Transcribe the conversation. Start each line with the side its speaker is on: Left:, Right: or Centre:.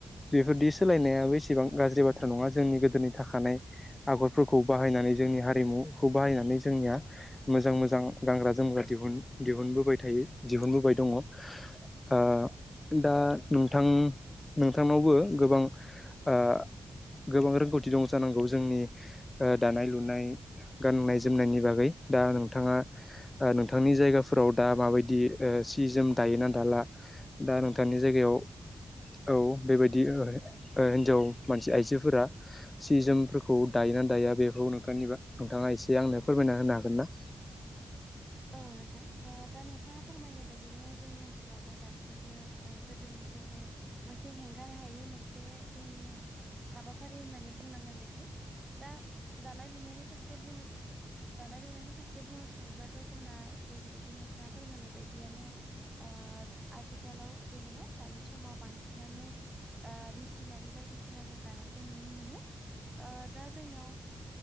Left: बेफोरदि सोलायनायाबो एसेबां गाज्रि बाथ्रा नङा जोंनि गोदोनि थाखानाय आगरफोरखौ बाहायनानै जोंनि हारिमुखौ बाहायनानै जोंनिया मोजां मोजां गानग्रा जोमग्रा दिहुन दिहुनबोबाय थायो दिहुनबोबाय दङ। ओ दा नोंथां नोंथांनावबो गोबां ओ गोबां रोंगौथि दं जानांगौ जोंनि ओ दानाय लुनाय गाननाय जोमनायनि बागै दा नोंथाङा ओ नोंथांनि जायगाफोराव दा मा बायदि ओ सि जोम दायो ना दाला? दा नोंथांनि जायगायाव औ बेबायदि ओइ ओ हिन्जाव मानसि आइजोफोरा सि जोमफोरखौ दायो ना दाया बेफोरखौ नोंथांनिबा नोंथाङा एसे आंनो फोरमायना होनो हागोन ना?
Right: औ नोंथां हो दा नोंथाङा फोरमायनाय बायदिनो जोंनि ओनसोलावबो दासिमबो ओ गोदोनिफ्रायनो मोनसे हेंगार हायि मोनसे जोंनिया हाबाफारि होननानै बुंनांगोन बेखौ। दा दानाय लुनायनि फारसे बुंनो दानाय लुनायनि फारसे बुंनो थाङोब्ला थ' जोंना जेरैबायदि नोंथाङा फोरमायनाय बायदियानो ओ आथिखालाव जेनेबा दानि समाव बांसिनानो ओ मिसिनारि बायदिसिना जों दानायखौ नुनो मोनो ओ दा जोंनाव